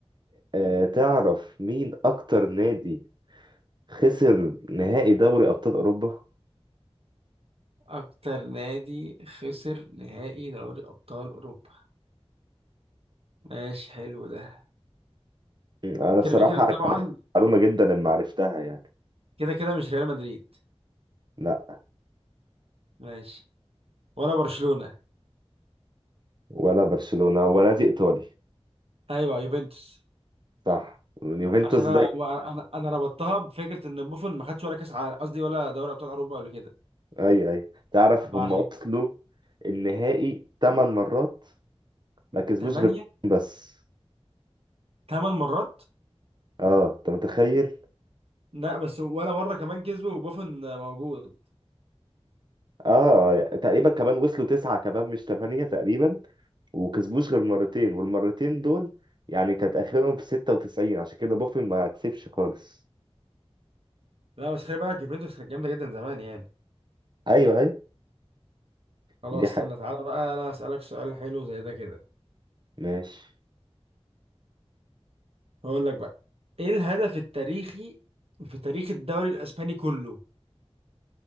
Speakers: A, on the right; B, on the right.
A: آه، تعرف مين أكتر نادي خسر نهائي دوري أبطال أوروبا؟
B: أكتر نادي خسر نهائي دوري أبطال أوروبا ماشي حلو ده
A: مم، أنا بصراحة
B: كده كده طبعا
A: معلومة جدا ان عرفتها يعني
B: كده كده مش ريال مدريد
A: لا
B: ماشي ولا برشلونة
A: ولا برشلونة هو نادي ايطالي
B: ايوه يوفنتوس
A: صح اليوفنتوس
B: عشان
A: ده
B: انا انا انا ربطتها بفكره ان بوفون ما خدش ولا كاس عالم قصدي ولا دوري ابطال اوروبا قبل كده
A: اي اي تعرف
B: فعشان
A: هم وصلوا النهائي ثمان مرات ما كسبوش
B: ثمانيه
A: غير بس
B: ثمان مرات
A: اه انت متخيل
B: لا بس ولا مره كمان كسبوا وبوفون موجود
A: اه يعني تقريبا كمان وصلوا تسعة كمان مش ثمانية تقريبا وكسبوش غير مرتين والمرتين دول يعني كانت اخرهم في 96 عشان كده بوفن ما كسبش خالص
B: لا بس خلي بالك يوفنتوس كانت جامده جدا زمان يعني
A: ايوه ايوه
B: خلاص
A: دي حقيقة
B: استنى تعالى بقى انا اسالك سؤال حلو زي ده كده
A: ماشي
B: هقول لك بقى ايه الهدف التاريخي في تاريخ الدوري الاسباني كله